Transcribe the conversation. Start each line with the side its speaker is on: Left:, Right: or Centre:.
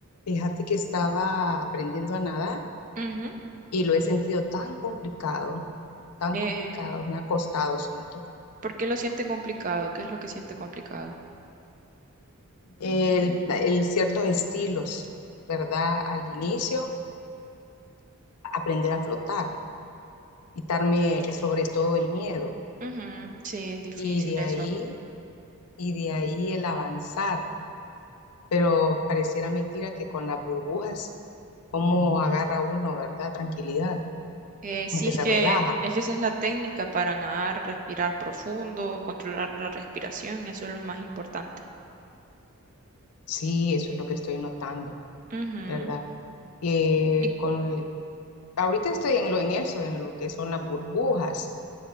Left: Fíjate que estaba aprendiendo a nadar
Right: Ujú.
Left: y lo he sentido tan complicado, tan
Right: Eh,
Left: complicado, me ha costado, siento.
Right: ¿por qué lo siente complicado? ¿Qué es lo que siente complicado?
Left: El, el ciertos estilos, ¿verdad? Al inicio, aprender a flotar, quitarme sobre todo el miedo
Right: Ujú, ujú. Sí, es difícil
Left: y de
Right: eso.
Left: ahí, y de ahí el avanzar. Pero pareciera mentira que con las burbujas, cómo agarra uno, ¿verdad? Tranquilidad,
Right: Eh, sí,
Left: como que se
Right: es que,
Left: relaja.
Right: es que esa es la técnica para nadar, respirar profundo, controlar la respiración, eso es lo más importante.
Left: Sí, eso es lo que estoy notando,
Right: Ujú.
Left: ¿verdad? eh,
Right: ¿Y,
Left: con, ahorita estoy en lo, en eso, en lo que son las burbujas